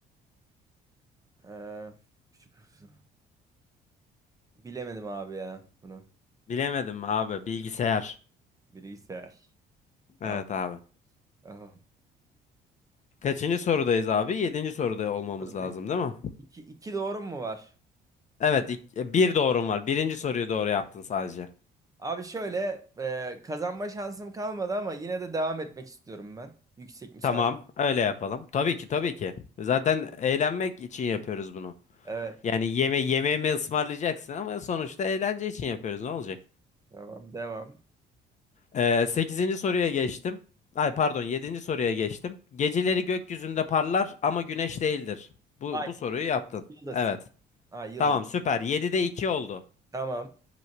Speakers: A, on the right; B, on the left.
A: Eee, küçük- bilemedim abi ya bunu.
B: Bilemedim abi, bilgisayar.
A: Bilgisayar. Tamam.
B: Evet abi.
A: tamam.
B: Kaçıncı sorudayız abi? Yedinci soruda olmamız
A: Sorudayım.
B: lazım değil mi?
A: İki, iki doğru mu var?
B: Evet, ilk- e, bir doğrum var. Birinci soruyu doğru yaptın sadece.
A: Abi şöyle e, kazanma şansım kalmadı ama yine de devam etmek istiyorum ben. Yüksek müsaade.
B: Tamam, öyle yapalım. Tabii ki, tabii ki. Zaten eğlenmek için yapıyoruz bunu.
A: Evet
B: Yani yeme yemeğimi ısmarlayacaksın ama sonuçta eğlence için yapıyoruz. Ne olacak?
A: tamam devam.
B: Ee, 8. soruya geçtim. Ay
A: Hı.
B: pardon yedinci soruya geçtim. Geceleri gökyüzünde parlar ama güneş değildir. Bu,
A: Ay
B: bu soruyu yaptın.
A: yıldız.
B: Evet.
A: Ay yıldız.
B: Tamam süper. 7'de 2 oldu.
A: Tamam.